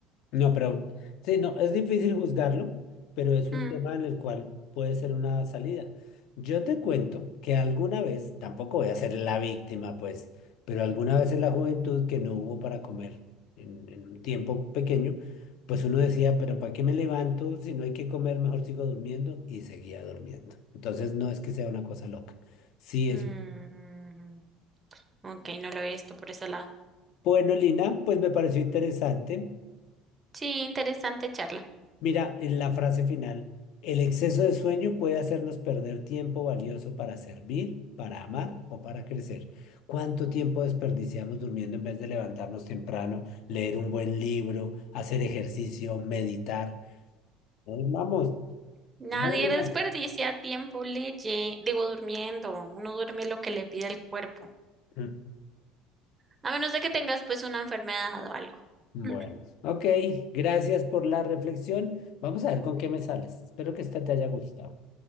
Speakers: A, on the left; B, on the right.
A: No, pero sí, no, es difícil juzgarlo, pero es un
B: Mm,
A: tema en el cual puede ser una salida. Yo te cuento que alguna vez, tampoco voy a ser la víctima, pues, pero alguna vez en la juventud que no hubo para comer en, en un tiempo pequeño, pues uno decía, pero ¿para qué me levanto si no hay que comer? Mejor sigo durmiendo y seguía durmiendo. Entonces no es que sea una cosa loca. Sí,
B: mm,
A: es
B: ok, no lo había visto por ese lado.
A: bueno, Lina, pues me pareció interesante.
B: Sí, interesante charla.
A: Mira, en la frase final, el exceso de sueño puede hacernos perder tiempo valioso para servir, para amar o para crecer. ¿Cuánto tiempo desperdiciamos durmiendo en vez de levantarnos temprano, leer un buen libro, hacer ejercicio, meditar? No durmamos,
B: Nadie
A: no durmamos.
B: desperdicia tiempo leye, digo, durmiendo. Uno duerme lo que le pide el cuerpo.
A: Mm.
B: A menos de que tengas pues una enfermedad o algo.
A: Bueno,
B: <clears throat>
A: ok, gracias por la reflexión. Vamos a ver con qué me sales. Espero que esta te haya gustado.